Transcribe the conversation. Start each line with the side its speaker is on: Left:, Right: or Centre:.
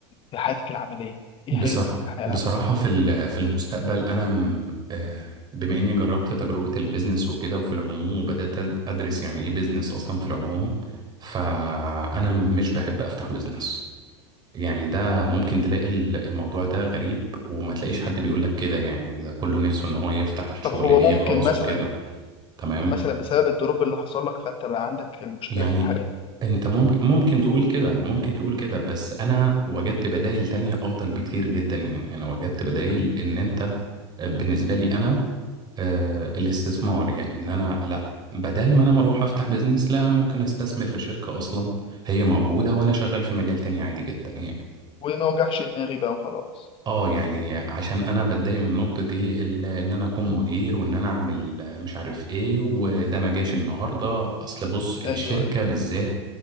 Left: في حياتك العمليه ايه
Right: بصراحة
Left: حلمك في الحياه
Right: بصراحة
Left: العمليه
Right: في ال- في المستقبل أنا م- آه، بما إني جربت تجربة البيزنس وكده وفي العموم وبدأت أد- أدرس يعني إيه بيزنس أصلا في العموم فأنا م- مش بحب أفتح بيزنس يعني ده ممكن
Left: امم
Right: تلاقي ال- الموضوع ده غريب وما تلاقيش حد بيقولك كده يعني ده كله نفسه إن هو يفتح الشغل
Left: طب هو
Right: ليه
Left: ممكن
Right: خاص
Left: مثلا
Right: وكده تمام
Left: ممكن مثلا بسبب الدروب اللي حصل لك فانت بقى عندك المشكله
Right: يعني
Left: في الحاجه دي
Right: انت ممكن ممكن تقول كده ممكن تقول كده بس انا وجدت بدائل تانية افضل بكتير جدا يعني انا وجدت بدائل
Left: مم.
Right: ان انت آه، بالنسبة
Left: مم.
Right: لي انا آه، الاستثمار يعني ان انا لا بدل ما انا ما اروح افتح بيزنس لا انا ممكن استثمر في شركة اصلا هي موجودة وانا
Left: مم.
Right: شغال في مجال تاني عادي جدا يعني
Left: وما وجعش دماغي بقى وخلاص
Right: اه يعني عشان انا بتضايق من نقطة ايه ال- ان انا اكون
Left: مم.
Right: مدير وان انا اعمل مش عارف ايه وده ما جاش النهاردة اصل بص الشركة
Left: ايوه ايوه
Right: بالذات